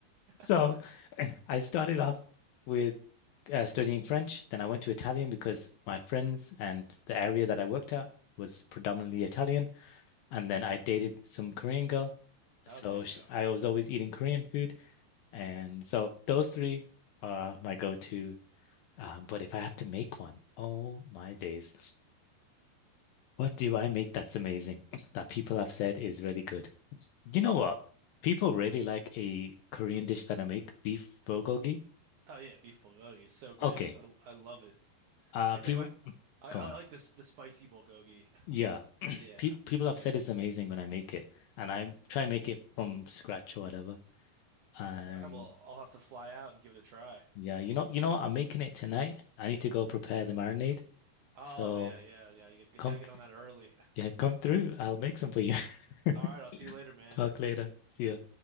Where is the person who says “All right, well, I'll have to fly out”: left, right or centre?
Right